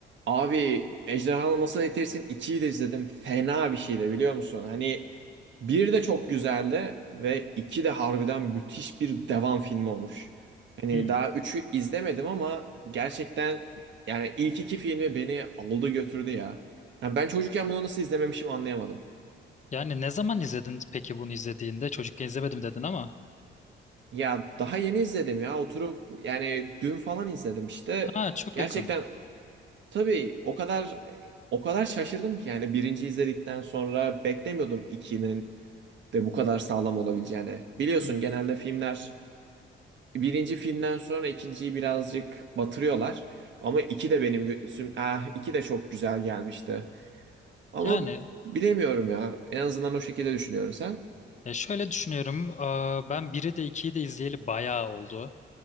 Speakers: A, on the right; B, on the left.
A: Abi Ejderhanı Nasıl Eğitirsin ikiyi de izledim. Fena bir şeydi biliyor musun? Hani bir de çok güzeldi ve iki de harbiden müthiş bir devam filmi olmuş. Hani
B: Hmm.
A: daha üçü izlemedim ama gerçekten yani ilk iki filmi beni aldı götürdü ya. Yani ben çocukken bunu nasıl izlememişim anlayamadım.
B: Yani ne zaman izledin peki bunu izlediğinde? Çocukken izlemedim dedin ama.
A: Ya daha yeni izledim ya oturup yani dün falan izledim işte.
B: Ha çok
A: Gerçekten
B: yakın.
A: tabii o kadar o kadar şaşırdım ki yani birinci izledikten sonra beklemiyordum 2'nin de bu kadar sağlam olabileceğini. Biliyorsun
B: Hmm.
A: genelde filmler birinci filmden sonra ikinciyi birazcık batırıyorlar. Ama iki de benim gözüm, ah iki de çok güzel gelmişti. Ama
B: Yani
A: bilemiyorum ya. En azından o şekilde düşünüyorum sen.
B: ya şöyle düşünüyorum. eee, Ben biri de 2'yi de izleyeli bayağı oldu.